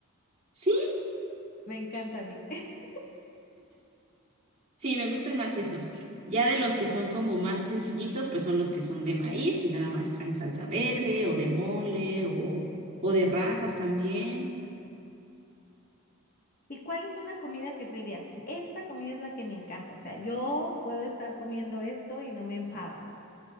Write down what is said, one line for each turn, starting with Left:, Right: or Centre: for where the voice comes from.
Right: Sí,
Left: Me encanta a mí. <laughs>
Right: sí, me gustan más esos. Ya de los que son como más sencillitos, pues son los que son de maíz y nada más traen salsa verde o de mole o, o de rajas también.
Left: ¿Y cuál es una comida que tú dirías? Esta comida es la que me encanta. O sea, yo puedo estar comiendo esto y no me enfada.